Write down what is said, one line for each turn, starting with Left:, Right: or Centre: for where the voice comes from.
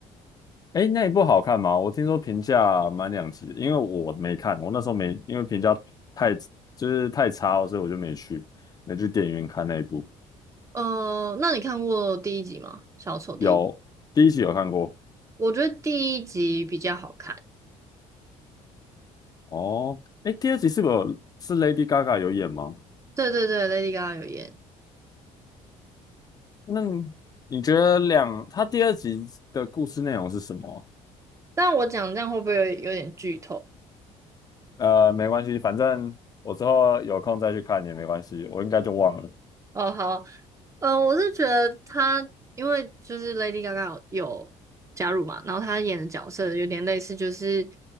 Left: 诶，那一部好看吗？我听说评价蛮两极的因为我没看，我那时候没，因为评价太就是太差了，所以我就没去，没去电影院看那一部。
Right: 呃，那你看过第一集吗？小丑第一，
Left: 有，第一集有看过。
Right: 我觉得第一集比较好看。
Left: 哦，哎，第二集是不是有是 Lady Gaga 有演吗？
Right: 对对对，Lady Gaga 有演，
Left: 那你觉得两，他第二集的故事内容是什么？
Right: 但我讲这样会不会有有点剧透？
Left: 呃，没关系，反正我之后有空再去看也没关系，我应该就忘了。
Right: 哦，好，呃，我是觉得他，因为就是 Lady Gaga 有加入嘛，然后她演的角色有点类似，就是